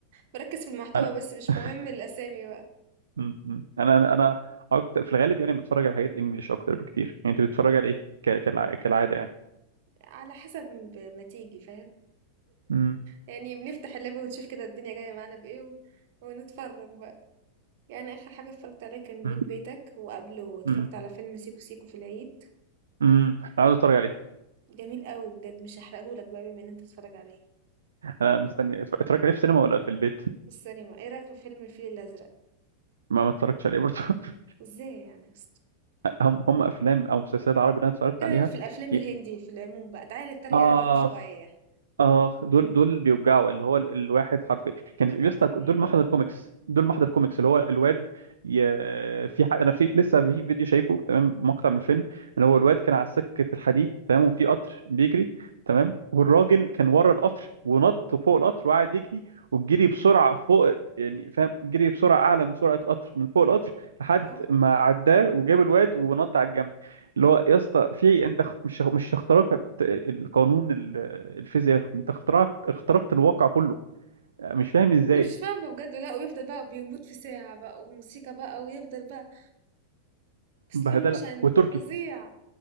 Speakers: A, on the right; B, on the right.
A: بركز في المحتوى
B: انا
A: بس
B: <laughs>
A: مش مهم الاسامي بقى
B: م- م. انا انا أنا اكتر في الغالب يعني بتفرج على حاجات انجليش اكتر بكتير يعني انت بتتفرج على ايه ك- كالع- كالعاده يعني
A: على حسب ما تيجي فاهم
B: م-
A: يعني بنفتح اللاب ونشوف كده الدنيا جاية معانا بإيه و... ونتفرج بقى يعني آخر حاجة اتفرجت عليها كان
B: م-
A: بيت بيتك وقبله اتفرجت
B: م.
A: على فيلم سيكو سيكو في العيد
B: امم انا عاوز اتفرج عليه
A: جميل قوي بجد مش هحرقهولك بقى بما ان انت تتفرج عليه
B: انا مستني اتف- اتفرجت عليه في السينما ولا في البيت
A: في السينما ايه رأيك في فيلم الفيل الأزرق
B: ما ما اتفرجتش عليه برضه <laughs>
A: ازاي يعني يا اسطى؟
B: هم هم افلام او مسلسلات عربي اللي انا اتفرجت
A: ايه
B: عليها
A: رأيك في الأفلام
B: ي...
A: الهندي في العموم بقى تعالى نتريق
B: اخ
A: عليهم شوية
B: اه دول دول بيوجعوا اللي هو ال- الواحد حرفيا كان في
A: ربابين
B: يسطا دول محضر كوميكس دول محضر كوميكس اللي هو الواد ي... في ح... انا في لسه في فيديو شايفه تمام مقطع من فيلم ان هو الواد كان على سكه الحديد تمام وفي قطر بيجري تمام والراجل كان ورا القطر ونط فوق القطر وقعد يجري والجري
A: مم.
B: بسرعه فوق يعني فاهم جري بسرعه اعلى من سرعه القطر من فوق القطر لحد
A: اه
B: ما عداه وجاب الواد ونط على الجنب اللي هو يا اسطى في انت خ- مش مش اخترقت القانون ال- الفيزياء انت اخترقت اخترقت الواقع كله مش فاهم ازاي
A: مش فاهمة بجد لا ويفضل بقى بيموت في ساعة بقى وموسيقى بقى ويفضل بقى
B: بهدله
A: سلو موشن
B: والتركي
A: فظيع